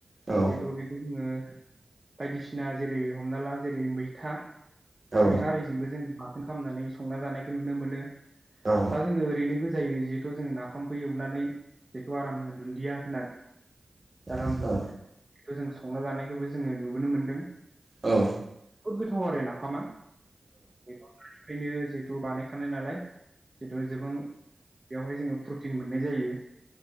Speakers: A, on the right; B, on the right.
A: औ
B: जिहेथु बेखौ जोङो बायदिसिना जेरै हमना ला जेरै मैथा
A: औ
B: मैथा आरिजोंबो जों खालामनानै संना जानायखौ नुनो मोनो
A: औ
B: बा जोङो ओरैनो जायो <unintelligible> थ' जोङो नाफामखौ एवनानै जिथु आरामनो दुन्दिया होनानै आरामनो
A: औ
B: जों संना जानायखौबो जोङो नुबोनो मोन्दों
A: औ
B: बुहत गोथाव आरो ना ह मा ओमायनो जिहेथु बानायखानाय नालाय जिथु जेबां बेवहाय जोङो प्रटिन मोननाय जायो